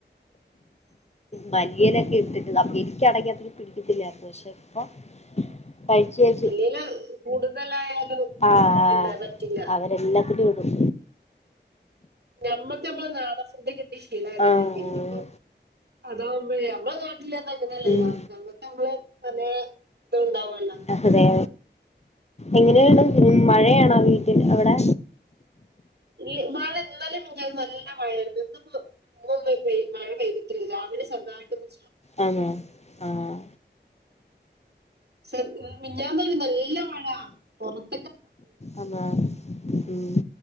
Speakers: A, on the left; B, on the right.
A: മല്ലിയിലയൊക്കെ ഇട്ടിട്ട് അപ്പൊ എനിക്ക് ആണെങ്കിൽ അത്ര പിടിക്കത്തില്ലായിരുന്നു പക്ഷെ ഇപ്പൊ കഴിച്ചു
B: അല്ലേലും കൂടുതലായാലും
A: ആഹ് ആഹ്
B: ഇല്ല പറ്റില്ല
A: അവരെല്ലാത്തിലും ഇടും
B: നമ്മക്ക് നമ്മടെ നാടൻ ഫുഡ് കിട്ടി ശീലായതല്ലേ
A: ആഹ്
B: പിന്നെ അതാകുമ്പഴെ നമ്മടെ നാട്ടില് പർഞാ അങ്ങനല്ലല്ലോ
A: ഉം
B: നമ്മക്ക് നമ്മളെ പലേ ഇത് ഉണ്ടാവോലോ
A: അതെ അതെ എങ്ങനെയാണ് മഴയാണോ വീട്ടിൽ അവിടെ
B: ഈ മഴ ഇന്നാലെ വരെ നല്ല മഴഴായിരുന്നു ഇന്നിപ്പോ ഉം മഴ പെയ്തിട്ടല്ല രാവിലെ ചെർതായിട്ട് ഒന്ന്
A: ആന്നോ ആഹ്
B: ഉം മിനിഞ്ഞാന്ന് ഒരു നല്ല മഴ പൊറത്ത്
A: ആന്നോ ഉം